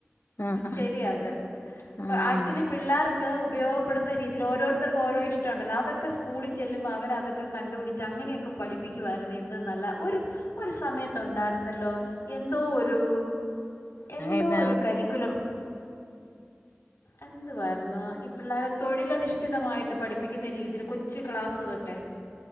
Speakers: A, on the left; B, on the left.
A: ആഹ്
B: ശരിയാത്. ഇപ്പൊ
A: ആഹ്
B: ആക്ച്വലി പിള്ളേർക്ക് ഉപയോഗപ്പെടുന്ന രീതീല്, ഓരോരുത്തർക്കും ഓരോ ഇഷ്ട ഉണ്ടല്ലൊ. അതൊക്കെ സ്കൂളിൽ ചെല്ലുമ്പോ അവരതൊക്കെ കണ്ടുപിടിച്ച് അങ്ങനെയൊക്കെ പഠിപ്പിക്കുവായിരുന്നു. എന്ത് നല്ല ഒരു ഒരു സമയത്തുണ്ടായിരുന്നല്ലോ എന്തോ ഒരു എന്തോ
A: ഏതാണ്
B: ഒരു കരിക്കുലം എന്തുവായിരുന്നു ഈ പിള്ളേരെ തൊഴിലധിഷ്ഠിതമായിട്ട് പഠിപ്പിക്കുന്ന രീതീല് കൊച്ചു ക്ലാസ്സ് തൊട്ടെ